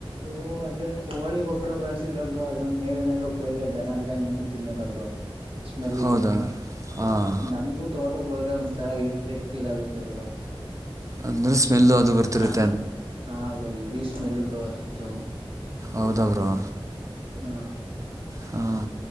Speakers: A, on the right; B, on the right.
A: ಓ ಆದ್ರೆ ಕೋಳಿಗೊಬ್ರ ಬಳಸಿದ್ರ ಬ್ರೋ ಅದ್ರ ಮೇವ ಏನಾದ್ರು ಕೋಯಿದ್ರೆ ದನಗಿನ ಏನು ತಿನ್ನಲ್ಲ ಬ್ರೋ. ಸ್ಮೆಲ್ಲಿಗೆ
B: ಹೌದಾ ಹಾಂ
A: ನನಗೂ ತೋ ಟುಕ ಹೋದ್ರೆ ಒಂಥರ ಇರಿಟೆಡ್ ಫೀಲ್ ಆಗುತ್ತೆ ಬ್ರೋ.
B: ಅಂದ್ರ ಸ್ಮೆಲ್ ಅದು ಬರ್ತಿರುತ್ತ.
A: ಹ ಹಾ ಬ್ರೋ ಹೆವಿ ಸ್ಮೆಲ್ ಬ್ರೋ ಅದಂತು.
B: ಹೌದ ಬ್ರೋ.
A: ಹಾ
B: ಹಾಂ